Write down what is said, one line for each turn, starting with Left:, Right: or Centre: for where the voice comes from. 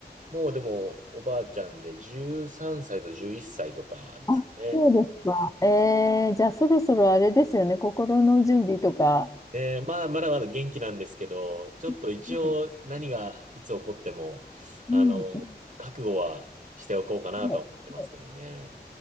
Right: もうでも、おばあちゃんで13歳と11歳とかですかね。
Left: あ、そうですか。えー、じゃあ、そろそろあれですよね、心の準備とか。は
Right: で、まあ、まだまだ元気なんですけど、ちょっと一応何がいつ起こっても、
Left: いはいうん、
Right: あの、
Left: は
Right: 覚悟はしておこうかなとは思ってますけどね。
Left: いはい